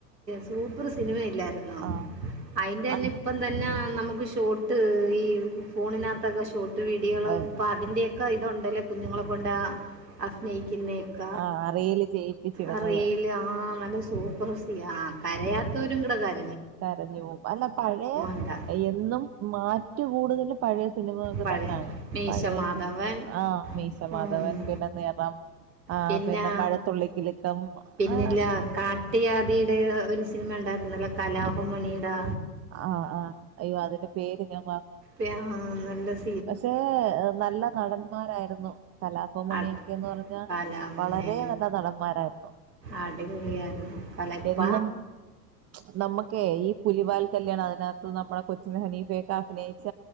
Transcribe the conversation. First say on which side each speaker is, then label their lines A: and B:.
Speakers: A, on the right; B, on the right.
A: സൂപ്പറ് സിനിമയ. ല്ലായ്രുന്നോ,
B: ആഹ്
A: അയിൻ്റെന്നെ
B: അത്
A: ഇപ്പന്നെ എന്തല്ലാം നമുക് ഷോട്ട് ഈ ഫോണിനകത്തക്കെ ഷോർട്ട് വീഡിയൊള്
B: വരുന്ന
A: ഇപ്പൊ അതിന്റെ ക്കെ ഇതുണ്ടെല് കുഞ്ഞുങ്ങളെ കൊണ്ട് അക്ന പിന്നെയക്ക
B: ആ റീല് ചെയ്യിപ്പിച്ചിടുന്നത്
A: അ റീൽ ആഹ് സൂപ്പർ സീനാ, ആ കരയാത്തവരും കൂടെ കര
B: കരഞ്ഞു പോവും. അല്ല പഴയ
A: ഉണ്ടാ
B: എന്നും മാ റ്റു കൂടുതലും പഴയ സിനിമയൊക്കെ
A: പഴയ
B: തന്നെയാണ്.
A: മീശ
B: പഴയ
A: മാധവൻ
B: സിനിമ ആഹ് മീശമാധവൻ,
A: ഉം,
B: പിന്നെ നിറം ആഹ്
A: പിന്നാ
B: പിന്നെ മഴത്തുള്ളിക്കിലുക്കം.
A: പിന്നില്ല
B: ആ
A: കാട്ടിയാതി പഴയ ഒരു സിനിമണ്ടായിരുന്നല്ലോ, കലാഭം മണിയുടെ
B: ആ ആ അയ്യോ അതിന്റെ പേര് ഞ
A: <inaudible> നല്ലത്
B: പക്ഷേ നല്ല നടന്മാരായിരുന്നു. കലാഭമണിയൊക്കെന്ന്
A: അത്
B: പറഞ്ഞാൽ
A: കലാമിനെ
B: വളരെ നല്ല നടന്മാരായിരുന്നു.
A: അടിപൊളിയായിരുന്നു കലപ്പ
B: <inaudible> എന്നും ച്ചെ നമ്മുക്കേ ഈ പുലിവാൽക്കല് അതിനകത്ത് നമ്മുടെ കൊച്ചിൻ ഹനീഫയൊക്കെ അഭിനയിച്ച